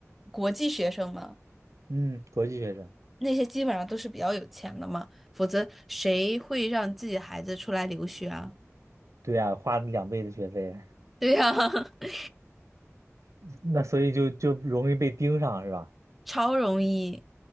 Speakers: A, in the centre; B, on the right.
A: 国际学生嘛，
B: 嗯，国际学生，
A: 那些基本上都是比较有钱的嘛，否则谁会让自己的孩子出来留学啊？
B: 对呀、花两倍的学费，
A: <laughs> 对呀、<laughs>
B: <laughs> 那所以就就容易被盯上是吧？
A: 超容易。